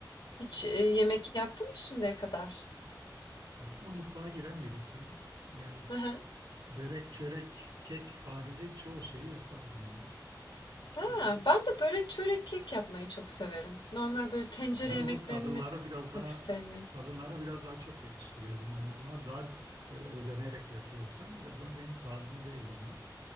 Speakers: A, on the left; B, on the right.
A: Hiç, eee, yemek yaptın mı şimdiye kadar?
B: Aslında mutfağa giren birisiyim. Yani
A: Hı hı.
B: börek, çörek, kek harici çoğu şeyi yaparım yani.
A: A!
B: Özellikle
A: Ben de börek, çörek, kek yapmayı çok severim. Normal böyle tencere
B: ben
A: yemeklerini
B: onu kadınlara biraz daha
A: pek sevmiyorum.
B: kadınlara biraz daha çok yakıştırıyorum yani. Onlar daha böyle özenerek yapıyor. Sanki de bu benim tarzım değil onlar.